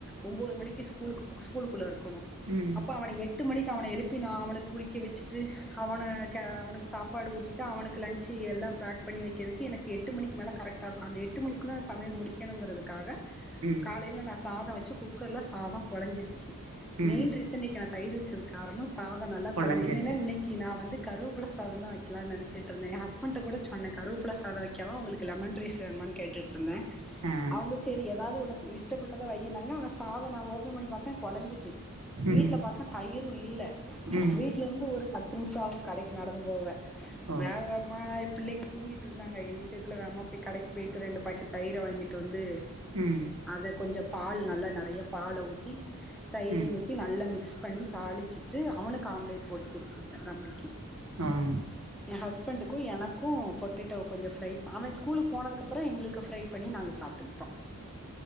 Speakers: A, in the centre; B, on the right (about 85°).
A: ஒம்போது மணிக்கு ஸ்கூலுகு ஸ்கூலுக்குள்ள இருக்கணு
B: ம்
A: அப்ப அவன எட்டு மணிக்கு அவன எழுப்பி நா அவனுக் குளிக்க வச்சுட்டு அவன கெ அவனுக்கு சாப்பாடு ஊட்டிட்டு அவனுக்கு லன்ச்சி எல்லா பேக் பண்ணி வக்கிறதுக்கு எனக்கு எட்டு மணிக்கு மேல கரெக் டா ருக்கு அந்த எட்டு மணிக்குள்ள சமையல் முடிக்கணுங்கிறதுக்காக
B: ம்
A: காலைல நா சாதோ வச்சு குக்கர்ல சாதோ கொலஞ்சிருச்சி
B: ம்
A: மெய்ன் ரீஸ் இன்னைக்கி நா தயிர் வச்சது காரணோ சாதோ நல்லா
B: கொழஞ்சிருச்சு
A: கொழஞ்சி இல்லேனா இன்னெக் க்கி நா வந்து கருவப்புல சாதோ தா வைக்கலானு நெனச்சுட்டு இருந்தே எ ஹஸ்பண்ட்ட கூட சொன்ன கருவப்புல சாதோ வை கெவா உங்களுக்கு லெமன் ரைஸ் வேணுமானு கேட்டுட்ருந்தே
B: ஆ
A: செரி எதாவ்து உனக்கு இஷ்டப்பட்டதா வைனாங்க ஆனா சாதோ நா ஓபன் பண்ணி பாக்கே கொலஞ்சிட்டு வீட்ல
B: ம்
A: பாக்க தயிரு இல்ல
B: ம்
A: வீட்ல இந்து ஒரு பத்து நிம்ஷோ ஆவு கடைக்கு நடந்து போவ
B: ஓ
A: வேகவேகமா பிள்ளைங்க தூங்கிட்டு இருந்தாங்க எந்திக்கக்குள்ள வேமா போய் கடைக்கு போய்ட்டு ரெண்டு பாக்கெட் தயிர வாங்கிட்டு வந்து
B: ம்
A: அத கொஞ்சோ பால் நல்லா நறைய பால ஊத்தி தயிரையு
B: ம்
A: ஊத்தி நல் நல்லா மிக்ஸ் பண்ணி தாளிச்சிட்டு அவனுக்கு ஆம்லேட் போட்டு கொடுத்து வுட்டே தம்பிக்கி
B: ஆம்
A: எ ஹஸ்பண்டுக்கு எனக்கு பொட்டட்டோ கொஞ்சோ ஃப்ரை ப அவ ஸ்கூலுக்கு போனதுக்கு அப் அப்புறோ எங்களுக்கு ஃப்ரை பண்ணி நாங்க சாப்ட்டுக்ட்டோ